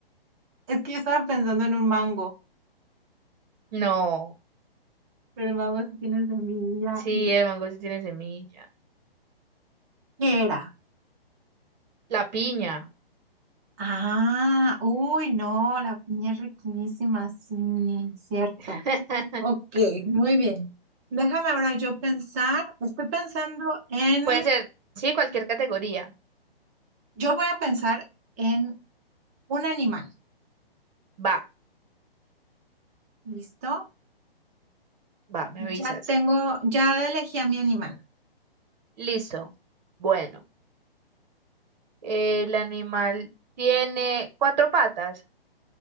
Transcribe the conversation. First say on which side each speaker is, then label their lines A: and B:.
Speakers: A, on the right (about 15°); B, on the right (about 45°).
A: Es que yo estaba pensando en un mango,
B: No.
A: pero el mango sí tiene semilla
B: Sí,
A: y...
B: el mango sí tiene semilla.
A: ¿Qué era?
B: La piña.
A: Ah, uy, no, la piña es riquísima, sí, cierto.
B: <laughs>
A: Ok, muy bien. Déjame ahora yo pensar, estoy pensando en,
B: Puede ser, sí, cualquier categoría.
A: yo voy a pensar en un animal,
B: Va,
A: ¿listo?
B: va, me avisas.
A: Ya tengo, ya elegí a mi animal.
B: Listo. Bueno, el animal tiene cuatro patas.